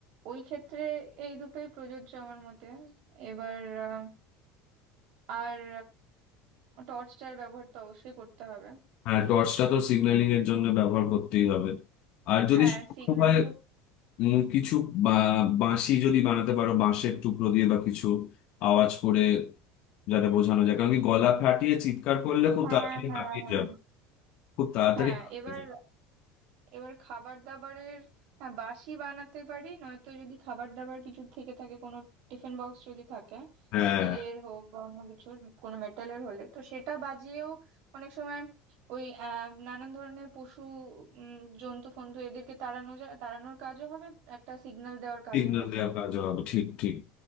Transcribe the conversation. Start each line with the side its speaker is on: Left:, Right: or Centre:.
Right: ওই ক্ষেত্রে এই দুটোই প্রযোজ্য আমার মতে এবার আহ, আর টর্চটার ব্যবহার তো অবশ্যই করতে হবে
Left: হ্যাঁ টর্চটা তো সিগন্যালিং এর জন্য ব্যবহার করতেই হবে আর যদি
Right: হ্যাঁ
Left: সম্ভব
Right: সিগন্যাল
Left: হয় উম, কিছু বা- বাঁশি যদি বানাতে পারো বাঁশের টুকরো দিয়ে বা কিছু আওয়াজ করে যাতে বোঝানো যায় কারণ কি গলা ফাটিয়ে চিৎকার করলে খুব
Right: হ্যাঁ
Left: তাড়াতাড়ি
Right: হ্যাঁ
Left: হাঁপিয়ে
Right: হ্যাঁ
Left: যাবে খুব তাড়াতাড়ি
Right: হ্যাঁ
Left: হাঁপিয়ে
Right: এবার
Left: যাবে
Right: এবার খাবার দাবারের হ্যাঁ বাসি বানাতে পারি নয়তো যদি খাবার দাবার কিছু থেকে থাকে কোনো টিফিন বক্স যদি থাকে
Left: হ্যাঁ
Right: স্টিলের হোক বা অন্য কিছুর কোনো মেটালের হলে তো সেটা বাজিয়েও অনেক সময় ওই আহ, নানান ধরনের পশু উম, জন্তু ফন্তু এদেরকে তাড়ানো যায় তাড়ানোর কাজও হবে একটা সিগন্যাল দেওয়ার কাজও
Left: সিগন্যাল
Right: হয়ে
Left: দেওয়ার
Right: যাবে
Left: কাজ হবে ঠিক ঠিক